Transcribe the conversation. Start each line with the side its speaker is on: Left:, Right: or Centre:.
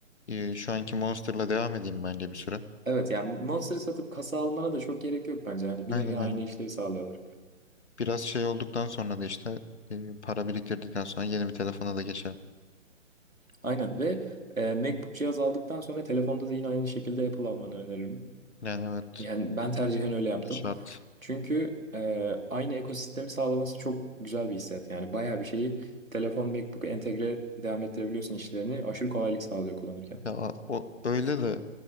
Left: e, şu anki Monster'la devam edeyim bence bir süre.
Right: Evet yani Monster'ı satıp kasa almana da çok gerek yok bence. Hani bir
Left: Aynen
Right: nevi aynı
Left: aynen.
Right: işlevi sağlıyorlar.
Left: Biraz şey olduktan sonra da işte e, para biriktirdikten sonra yeni bir telefona da geçelim.
Right: Aynen ve e, MacBook cihaz aldıktan sonra telefonda da yine aynı şekilde Apple almanı öneririm.
Left: Yani evet
Right: Yani ben tercihen öyle yaptım.
Left: şart.
Right: Çünkü e, aynı ekosistemi sağlaması çok güzel bir hissiyat. Yani bayağı bir şeyi telefon, MacBook entegre devam ettirebiliyorsun işlerini. Aşırı kolaylık sağlıyor kullanırken.
Left: Ya a- o öyle de